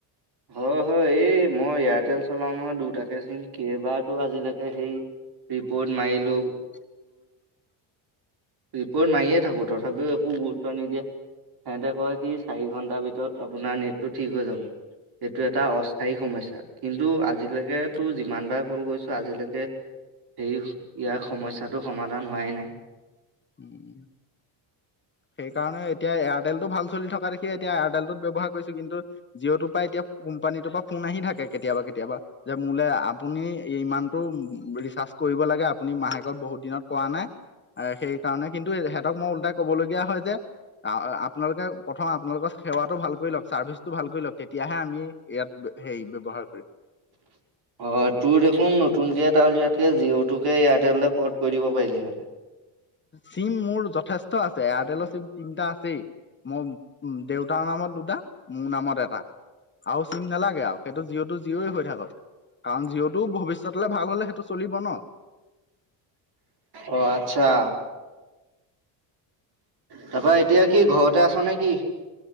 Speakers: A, on the right; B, on the left.
A: হয়, হয় এই মই এয়াৰটেল চলাওঁ নহয় দুটাকে চিম কেইবাৰটো আজিলেকে হেই ৰিপৰ্ট মাৰিলো
B: <inaudible>
A: ৰিপৰ্ট মাৰিয়ে থাকোঁ তথাপিও একো গুৰুত্ব নিদিয়ে। সেহেতে কয় কি চাৰি ঘণ্টাৰ ভিতৰত আপোনাৰ নেটটো ঠিক হৈ যাব। এইটো এটা অস্থায়ী সমস্যা কিন্তু আজিলেকে তোৰ যিমান বাৰ কল কৰিছোঁ আজিলেকে সেই ইয়াৰ সমস্যাটো সমাধান হোৱাই নাই।
B: উম সেইকাৰণে এতিয়া এয়াৰটেলটো ভাল চলি থকা দেখিয়ে এতিয়া এয়াৰটেলটোত ব্যৱহাৰ কৰিছো কিন্তু জিঅ'টো পা এতিয়া কোম্পানীটোৰ ফোন আহি থাকে কেতিয়াবা, কেতিয়াবা। যে মোলে আপুনি ইমানতটো ৰিচাৰ্জ কৰিব লাগে আপুনি মাহেকত বহুত দিনত কৰা নাই এ সেই কাৰণে, কিন্তু সিহঁতক মই উল্টাই ক'বলগীয়া হয় যে আপোনালোকে প্ৰথম আপোনালোকৰ সেৱাটো ভাল কৰি লওঁক চাৰ্ভিচটো ভাল কৰি লওঁক, তেতিয়াহে আমি ইয়াত সেই ব্যৱহাৰ কৰিব।
A: অ' তোৰ দেখোন নতুনকে এটা উলিয়াতকৈ জিঅ'টোকে এয়াৰটেললে পৰ্ট কৰি দিব পাৰিলি হয়।
B: চিম মোৰ যথেষ্ট আছে, এয়াৰটেলৰ চিম তিনিটা আছেই। মোৰ দেউতাৰ নামত দুটা, মোৰ নামত এটা। আৰু চিম নালাগে আৰু, সেইটো জিঅ' টো জিঅ'ই হৈ থাকক। কাৰণ জিঅ' টো ভবিষ্যতলৈ ভাল হ'লে সেইটো চলিব ন?
A: অ', আচ্ছা। তাৰাপা এতিয়া কি ঘৰতে আছ নে কি?